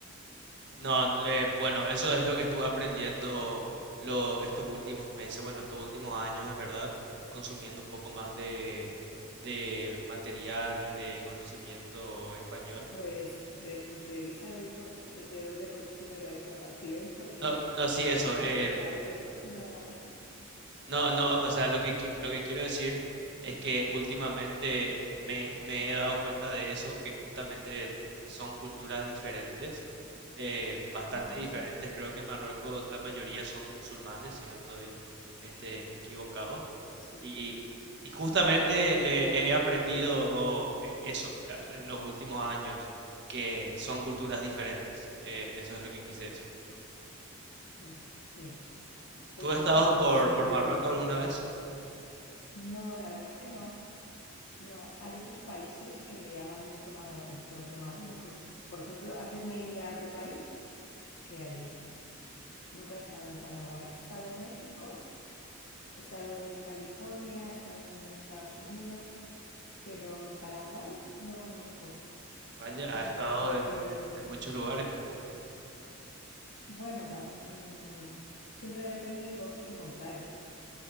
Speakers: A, on the right; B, on the left.
A: No, n- eh, bueno, eso es lo que estuve aprendiendo lo, estos últimos meses, bueno, estos últimos años en verdad, consumiendo un poco más de, de material y de conocimiento español.
B: Pues re- revisa la inform- de de dónde consumes la información porque
A: No, no, sí, eso.
B: Marrue-
A: em,
B: Marruecos no...
A: No, no, o sea, lo que, qui- lo que quiero decir es que últimamente me, me he dado cuenta de eso, que justamente son culturas diferentes, eh, bastante
B: <laughs> Ujú.
A: diferentes. Creo que en Marruecos la mayoría son musulmanes, si no estoy este, equivocado.
B: Sí,
A: Y,
B: sí,
A: y
B: sí.
A: justamente
B: claro.
A: eh, he aprendido oh, e- eso eh, en los últimos años, que son culturas diferentes. Eh, eso es lo que quise decir.
B: Ujú. Sí. Pues
A: ¿Tú has
B: mira,
A: Ok, estado por,
B: si
A: por sí. Marruecos alguna vez?
B: no, la verdad que no, no. Hay otros países que me llaman mucho más la atención que Marruecos. Por ejemplo, antes me iría a tu país que allí. Nunca he estado en Paraguay. He estado en México, he estado en California, he estado en Estados Unidos, pero Paraguay no conozco.
A: Vaya,
B: Y
A: has estado en,
B: eh,
A: en- en muchos lugares tú.
B: bueno, tam- mm, siempre depende de con quién compares.